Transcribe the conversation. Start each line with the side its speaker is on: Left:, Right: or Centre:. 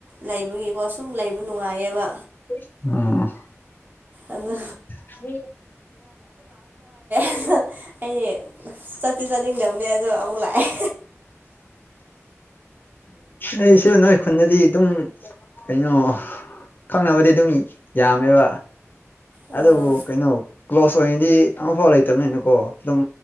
Right: ꯂꯩꯕꯒꯤꯀꯣ ꯁꯨꯝ ꯂꯩꯕ ꯅꯨꯡꯉꯥꯏꯌꯦꯕ
Left: ꯑꯥ
Right: ꯑꯗ
Left: <inaudible> ꯎꯝ
Right: ꯑꯗꯣ ꯑꯩꯗꯤ ꯆꯠꯇꯤ ꯆꯠꯅꯤꯡꯗꯕꯅꯦ ꯑꯗꯣ ꯑꯃꯨꯛ ꯂꯥꯛꯑꯦ
Left: ꯑꯩꯁꯨ ꯅꯣꯏ ꯈꯨꯟꯅꯗꯗꯤ ꯑꯗꯨꯝ ꯀꯩꯅꯣ ꯈꯪꯅꯕꯗꯤ ꯑꯗꯨꯝ ꯌꯥꯝꯃꯦꯕ
Right: ꯎꯝ
Left: ꯑꯗꯨꯕꯨ ꯀꯩꯅꯣ ꯀ꯭ꯂꯣꯁ ꯑꯣꯏꯅꯗꯤ ꯑꯃꯐꯥꯎ ꯂꯩꯇꯕꯅꯤꯅꯀꯣ ꯑꯗꯨꯝ